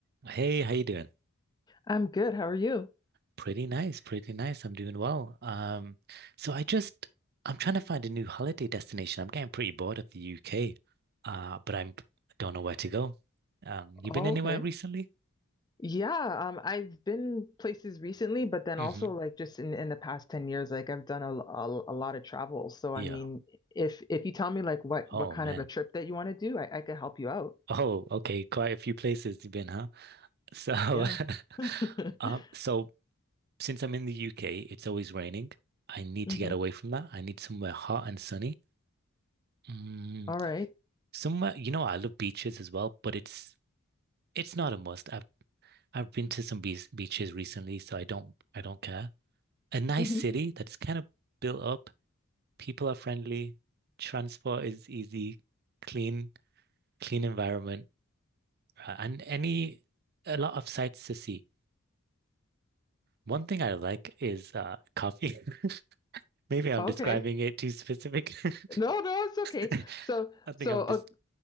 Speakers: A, on the right; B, on the left.
A: Hey, how you doing?
B: I'm good. How are you?
A: Pretty nice, pretty nice. I'm doing well. Um, so I just I'm trying to find a new holiday destination. I'm getting pretty bored of the UK, uh, but I'm don't know where to go. Um, you
B: Oh,
A: been anywhere
B: okay.
A: recently?
B: Yeah, um, I've been places recently, but then
A: hmm
B: also like just in, in the past 10 years, like I've done a, a, a lot of travel. So
A: Yeah.
B: I mean, if if you tell me like what
A: Oh
B: what kind
A: man.
B: of a trip that you want to do, I, I could help you out.
A: Oh, okay. Quite a few places you've been, huh? So,
B: Yeah.
A: <laughs>
B: <laughs>
A: um, so since I'm in the UK, it's always raining. I need
B: Mm-hmm.
A: to get away from that. I need somewhere hot and sunny. Mm,
B: All right.
A: somewhere, you know, I love beaches as well, but it's It's not a must. I've I've been to some beach, beaches recently, so I don't I don't care. A nice
B: Mm-hmm.
A: city that's kind of built up. People are friendly. Transport is easy. Clean, clean environment, uh, and any a lot of sights to see. One thing I like is uh, coffee. <laughs> Maybe I'm
B: Okay.
A: describing it too specific.
B: No, no, it's okay.
A: <laughs>
B: So
A: I think
B: so
A: I'm just